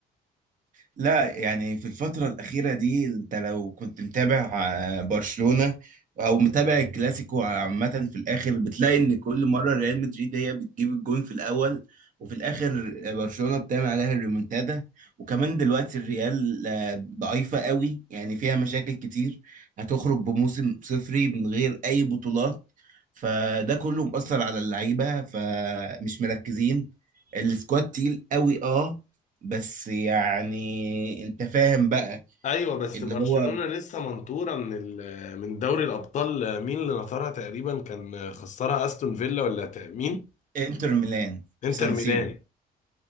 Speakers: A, on the right; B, on the left.
A: لا يعني في الفترة الأخيرة دي أنت لو كنت متابع آه، برشلونة أو متابع الكلاسيكو عامة في الآخر بتلاقي إن كل مرة ريال مدريد هي بتجيب الجون في الأول وفي الآخر برشلونة بتعمل عليها الريمونتادا وكمان دلوقتي الريال آه، ضعيفة قوي يعني فيها مشاكل كتير هتخرج بموسم صفري من غير أي بطولات فده كله مؤثر على اللعيبة فمش مركزين السكواد تقيل قوي اه بس يعني انت فاهم بقى
B: ايوه بس
A: اللي
B: برشلونه
A: هو
B: لسه منطوره من ال- من دوري الابطال مين اللي نطرها تقريبا كان خسرها استون فيلا ولا تا- مين
A: انتر ميلان في
B: انتر
A: سان
B: ميلان
A: سيرو